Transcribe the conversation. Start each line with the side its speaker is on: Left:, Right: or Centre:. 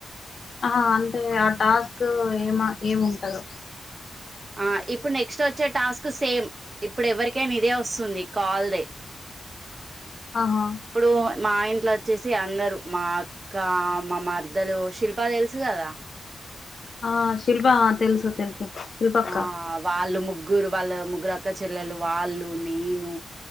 Left: ఆ అంటే ఆ టాస్క్ ఏమ ఏముంటందో
Right: ఆ ఇప్పుడు నెక్స్ట్ ఒ వచ్చే టాస్క్ సేమ్ ఇప్పుడు ఎవరికైనా ఇదే వస్తుంది కాల్దే
Left: ఆహా
Right: ఇప్పుడు మా ఇంట్లో వచ్చేసి అందరు మా అక్క మా మరద్దలు శిల్ప తెలుసు కదా
Left: ఆ శిల్ప తెలుసు తెలుసు శిల్పక్క.
Right: ఆ వాళ్ళు ముగ్ ముగ్గురు వాళ్ళ ముగ్గురుక్క చెల్లెలు వాళ్ళు నేను